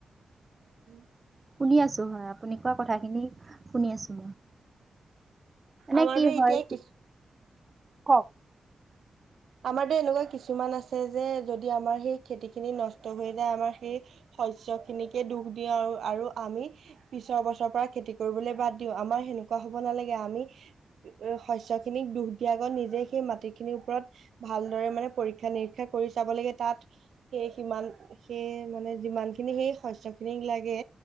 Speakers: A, on the right (about 75°); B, on the right (about 30°).
A: <inaudible>
B: শুনি আছো হয় আপুনি কোৱা কথাখিনি শুনি আছো মই। এনে
A: আমাৰো
B: কি হয়,
A: এতিয়া কি
B: কওক।
A: আমাৰতো এনেকুৱা কিছুমান আছে যে যদি আমাৰ সেই খেতি খিনি নষ্ট হৈ যায় আমাৰ সেই শস্য খিনিকে দুখ দিওঁ আৰু, আৰু আমি পিছৰ বছৰৰ পৰা খেতি কৰিবলৈ বাদ দিও আমাৰ সেনেকুৱা হব নালাগে আমি শস্য খিনিক দোখ দিয়া আগত নিজে সেই মাটিখিনিৰ ওপৰত ভালদৰে মানে পৰীক্ষা নিৰীক্ষা কৰি চাব লাগে তাত সেই সিমান সেই মানে যিমানখিনি সেই শস্য খিনিক লাগে